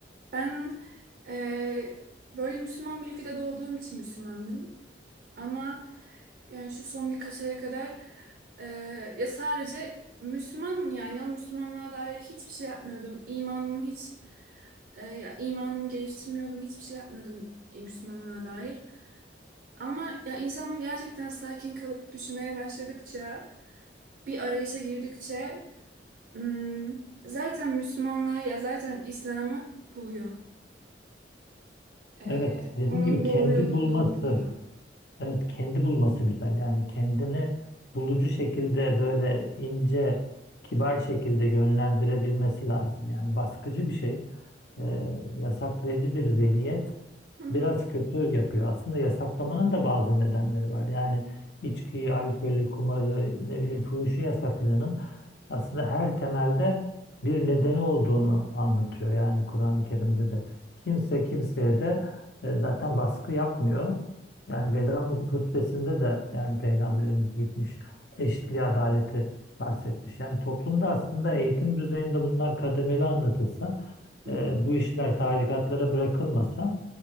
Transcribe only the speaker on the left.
Evet, dediğin
gibi
kendi
bulması.
Evet kendi bulması güzel. Yani kendini bulucu şekilde böyle ince, kibar şekilde yönlendirebilmesi lazım. Yani baskıcı bir şey, e, yasaklayıcı bir zihniyet
biraz kötü yapıyor. Aslında yasaklamanın da bazı nedenleri var. Yani içkiyi, alkolü, kumarı, ne bileyim fuhuşu yasaklayanın aslında her temelde bir nedeni olduğunu anlatıyor. Yani Kur'an-ı Kerim'de de kimse kimseye de e, zaten baskı yapmıyor. Yani veda hutbesinde de yani Peygamberimiz gitmiş eşitliği, adaleti bahsetmiş. Yani toplumda aslında eğitim düzeyinde bunlar kademeli anlatılsa,
e,
bu işler tarikatlara bırakılmasa